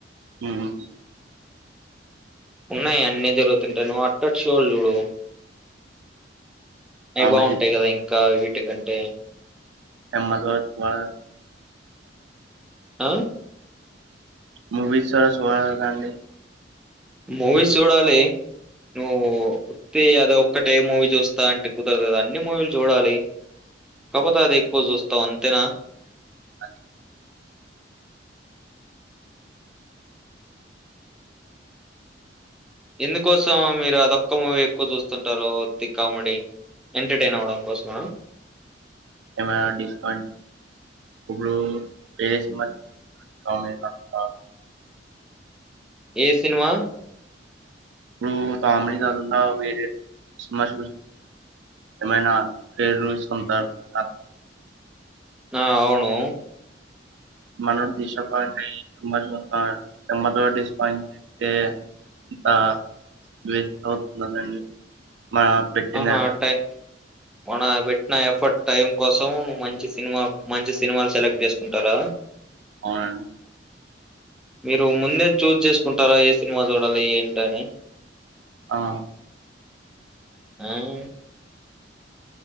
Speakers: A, on the right; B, in the centre.
A: ఉమ్ ఉమ్
B: ఉన్నాయ్ అన్నీ జరుగుతుంటాయ్ నువ్వు అత్తర్ షోల్ జూడు. అయ్
A: కామెడీ
B: బాగుంటాయ్ గదా ఇంకా ఇ టి కంటే
A: <unintelligible>
B: అ
A: మూవీస్ చరస్ వాడరా అండి.
B: మూవీస్ జూడాలి నువ్వు వొత్తి అదొక్కటే మూవీ జూస్తా అంటె కుదరద్ గదా అన్ని. మూవీల్ జూడాలి కబోత్ త అదెక్కువ్ జూస్తవ్ అంతెనా.
A: అంతె
B: ఎందుకోసం మీరు అదొక్క మూవీ ఎక్కువ్ జూస్తుంటారు ఒత్తి కామెడీ ఎంటర్టైన్ అవ్వడం కోస్మా.
A: ఏమై డిస్కౌంట్ ఇబ్బుడు ఏ సిన్మా <inaudible> కామ్డీ తప్ప.
B: ఏ సినిమా
A: ఇబ్బుడు కామ్డి గాకుండా వేరేది సిన్మా <unintelligible> ఏమైనా <unintelligible>
B: ఆ ఔను.
A: మనం డిస్సప్పాయింటయ్య్ సిన్మా జూత్తా సిన్మాలో డిస్పాయింటైతే ఇంత వేస్టవ్తుంది కదండి. మా పెట్టిందారు
B: ఆహా అట్టే మన బెట్న ఎఫర్ట్ టైం కోసం మంచి సినిమా మంచి సినిమాలు సెలెక్ట్ జేస్కుంటారా.
A: ఔనండి.
B: మీరు ముందే చూజ్ చేసుకుంటారా ఏ సిన్మా జూడల్ల ఏంటని.
A: ఆ
B: అమ్